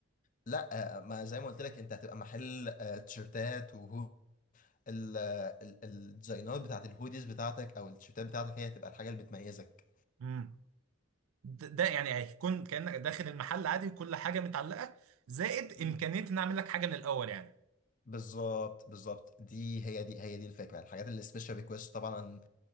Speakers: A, on the left (about 35°); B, on the right (about 80°).
A: لا آه، ما زي ما قلت لك انت هتبقى محل آه، تيشيرتات وهو ال- آه، ال- الديزاينات بتاعت الهوديز بتاعتك او التيشيرتات بتاعتك هي هتبقى الحاجه اللي بتميزك
B: امم ده ده يعني هيكون كانك داخل المحل عادي وكل حاجه متعلقه زائد
A: مم.
B: امكانيه ان اعمل لك حاجه من الاول يعني
A: بالظبط بالظبط دي هي دي هي دي الفكره الحاجات اللي سبيشال ريكويست طبعا